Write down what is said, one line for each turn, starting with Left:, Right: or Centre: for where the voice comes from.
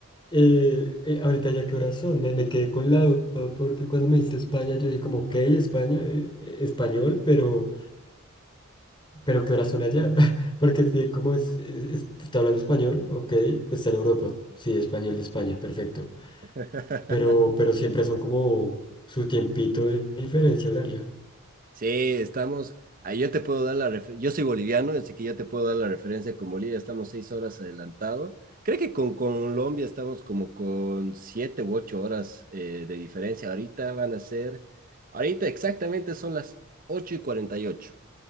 Left: Eh, eh, ahorita ya qué horas son, me, me quedé con la duda porque cuando me dijiste España yo dije como, ok, España, eh, eh, español, pero, pero ¿qué horas son allá? <laughs> Porque sí, como es, es- es- está hablando español, ok, pues está en Europa, sí, español de España, perfecto,
Right: <laughs>
Left: pero, pero siempre son como su tiempito de diferencia horaria.
Right: Sí, estamos. Ahí yo te puedo dar la referencia. Yo soy boliviano, así que ya te puedo dar la referencia con Bolivia. Estamos seis horas adelantado. Creo que con Colombia estamos como con siete u ocho horas eh, de diferencia. Ahorita van a ser. Ahorita exactamente son las ocho y cuarenta y ocho.